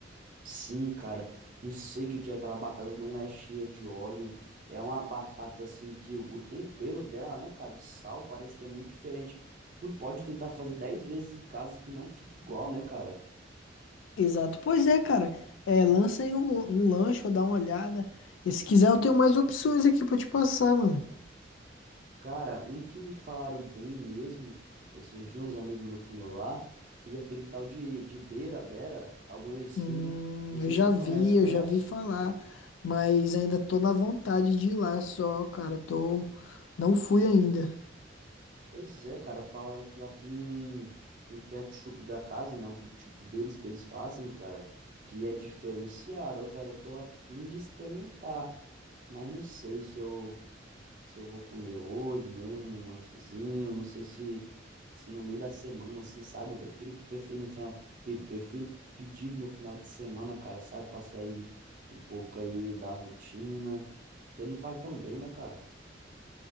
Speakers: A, on the right; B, on the left.
A: Sim, cara, não sei o que que é aquela batata, não é cheia de óleo, é uma batata assim que o tempero dela, né, cara, o sal parece que é muito diferente. Tu pode tentar fazer 10 vezes em casa que não fica igual, né, cara?
B: Exato. Pois é, cara. É, lança aí um, um lanche ou dá uma olhada. E se quiser, eu tenho mais opções aqui pra te passar, mano.
A: Cara, um que me falaram bem mesmo, esses dias uns amigos meus comeu lá, foi aquele tal de, de beira-bera, algum assim,
B: Hum,
A: não sei
B: eu já
A: se tu
B: vi,
A: conhece,
B: eu
A: conhece?
B: já vi falar, mas ainda tô na vontade de ir lá só, cara. Tô, não fui ainda.
A: Pois é, cara, fala que lá tem um, um ketchup da casa, né? Um ketchup deles que eles fazem, cara, que é diferenciado. Ó, cara, eu tô a fim de experimentar, mas não sei se eu, se eu vou comer hoje mesmo, um lanchezinho, não sei se, se no meio da semana, assim, sabe? Eu prefiro, prefiro no final, pe- prefiro pedir no final de semana, cara, sabe? Pra sair um pouco aí da rotina, porque não faz tão bem, né, cara?